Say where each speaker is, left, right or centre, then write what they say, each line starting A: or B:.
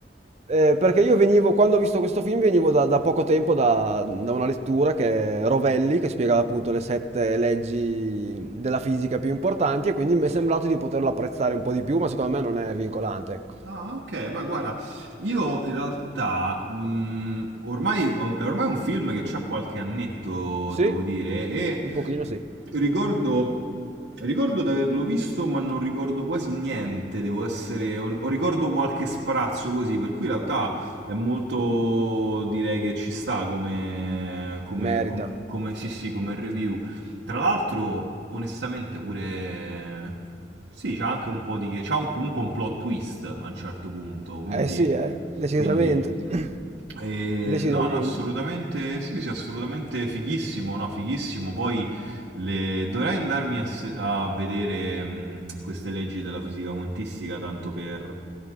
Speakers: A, on the right; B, on the right.
A: Eh, perché io venivo, quando ho visto questo film, venivo da, da poco tempo da, da una lettura che è Rovelli, che spiegava appunto le sette leggi della fisica più importanti, e quindi mi è sembrato di poterlo apprezzare un po' di più, ma secondo me non è vincolante, ecco.
B: Ah, ok, beh, guarda, io in realtà mh, ormai, è ormai un film che c'ha qualche annetto,
A: Sì?
B: devo dire, e
A: Un pochino sì,
B: ricordo, ricordo di averlo visto, ma non ricordo quasi niente, devo essere, o, o ricordo qualche sprazzo così, per cui in realtà è molto, direi che ci sta come, come,
A: merita.
B: com- come- sì, sì, come review. Tra l'altro, onestamente, pure... Sì, c'ha anche un po' di... c'ha un- comunque un plot twist a un certo punto, quindi...
A: Eh sì, eh, decisamente.
B: quindi...
A: <clears throat>
B: eh,
A: Decisamente.
B: no, no, assolutamente, sì, sì, assolutamente fighissimo, no, fighissimo. Poi le- dovrei andarmi a, se- a vedere mh, queste leggi della fisica quantistica, tanto per,